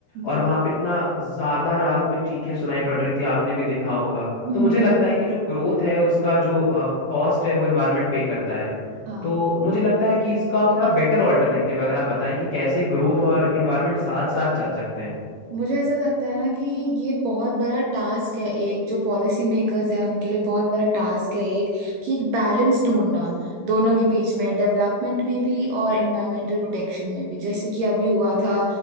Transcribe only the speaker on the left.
और वहां पे इतना ज्यादा रात में चीखें सुनाई पड़ रही थी आपने भी देखा होगा
तो मुझे लगता है कि जो ग्रोथ है उसका जो कॉस्ट है वो एनवायरनमेंट पे करता है
तो मुझे लगता है कि इसका थोड़ा बेटर ऑल्टरनेटिव अगर आप बताएं कि कैसे ग्रोथ और एनवायरनमेंट साथ साथ चल सकते हैं